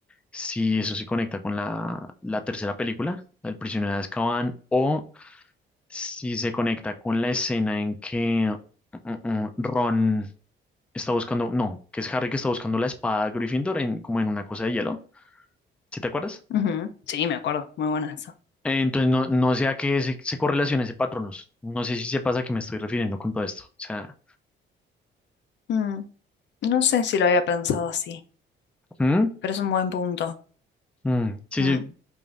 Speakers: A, in the centre; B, on the left.
A: si eso se conecta con la, la tercera película, El prisionero de Azkaban, o si se conecta con la escena en que mm, mm, mm, Ron está buscando, no, que es Harry que está buscando la espada de Gryffindor en, como en una cosa de hielo, ¿sí te acuerdas?
B: ujú. Sí, me acuerdo, muy buena esa.
A: Eh, Entonces no, no sea que se, se correlacione ese patronos, no sé si se pasa que me estoy refiriendo con todo esto, o sea,
B: Mm, no sé si lo había pensado así,
A: ¿Mm?
B: pero es un buen punto.
A: Mm, sí,
B: Mm,
A: sí,